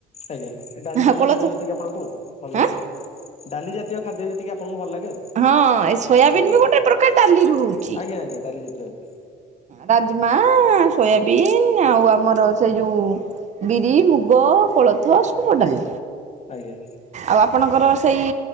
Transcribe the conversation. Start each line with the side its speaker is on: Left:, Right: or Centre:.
Left: ଆଜ୍ଞା ଏ ଡାଲି
Right: ହଁ
Left: ଜାତୀୟ
Right: କୋଳଥ
Left: ଖାଦ୍ୟ ଯେତିକ। ଆପଣଙ୍କୁ ଭଲ ଲାଗେ
Right: ଆଁ
Left: ଡାଲି ଜାତୀୟ ଖାଦ୍ୟ ଯେତିକି ଆପଣଙ୍କୁ ଭଲ ଲାଗେ।
Right: ହଁ ଏ ସୋୟାବନ୍
Left: ଆଜ୍ଞା
Right: ବି ଗୋଟେ ପ୍ରକାର ଡାଲିରୁ ହଉଛି।
Left: ଆଜ୍ଞା ଆଜ୍ଞା ଡାଲି ଜାତୀୟ ଆଜ୍ଞା
Right: ରାଜମା ସୋୟାବିନ୍ ଆଉ ଆମର ସେ ଯୋଉ। ବିରି ମୁଗ କୋଳଥ ସବୁ ଡାଲି।
Left: ଆଜ୍ଞା।
Right: ଆଉ ଆପଣଙ୍କର ସେଇ